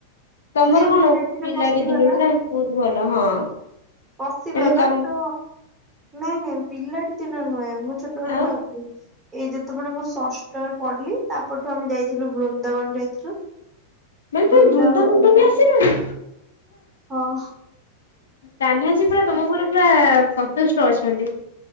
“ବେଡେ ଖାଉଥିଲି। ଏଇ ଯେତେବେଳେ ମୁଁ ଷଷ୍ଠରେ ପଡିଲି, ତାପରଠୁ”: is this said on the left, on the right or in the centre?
Right